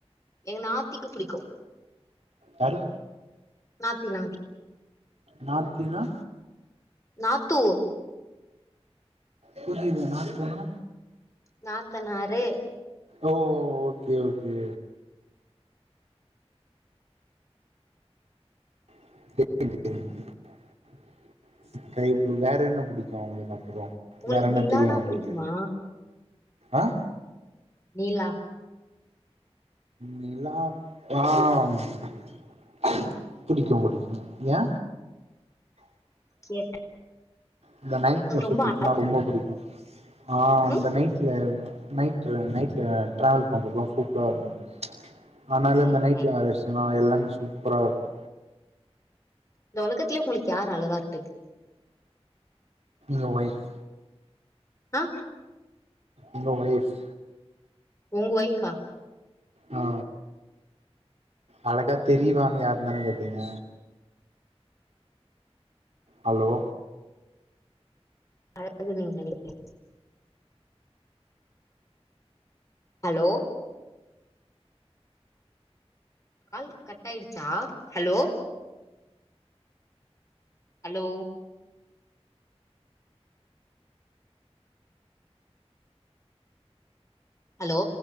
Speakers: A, on the left; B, on the right.
A: எங்க நாத்திக்கு புடிக்கு
B: யாரு
A: நாத்தி நாத்தி
B: நாத்தினா
A: நாத்தூ
B: புரியல நாத்துனா
A: நாத்தனாரு
B: ஓ ஓகே ஓகே <unintelligible> ஸ்கை ஃப்ளு வேற என்ன புடிக்கு உங்ளுக்கு அப்றோ
A: உங்களுக்கு
B: வேற என்ன
A: நிலானா
B: தெரியு உங்ளுக்கு
A: புடிக்குமா
B: ஆ
A: நிலா
B: நிலா <unintelligible> புடிக்கு புடிக்கு ஏ
A: கேட்ட
B: இந்த நைட்டில்
A: அது
B: சுத்துறதுன்னா
A: ரொம்ப அழ-
B: ரொம்ப புடிக்கு அ அந்த
A: ம்?
B: நைட்டுல நைட்ல நைட்ல ட்ராாவல் பண்றதுல்லா சூப்பரா இருக்கு ஆனால
A: ம்.
B: இந்த நைட்ல வேல வெச்சுனனா எல்லாமே சூப்பரா இருக்கு
A: இந்த ஒலகத்துலயே உங்ளுக்கு யாரு அழகா இருப்
B: ஏ வைஃப்
A: அ
B: எங்க வைஃப்
A: உங்க வைஃப்பா
B: அ அழகா தெரியுவாங்க யாருன்னுதானே கேட்டீங்க ஹலோ
A: அழகுனு நீங்க நெனைக்கிறீங்க ஹலோ கால் கட் ஆயிடுச்சா ஹலோ ஹலோ ஹலோ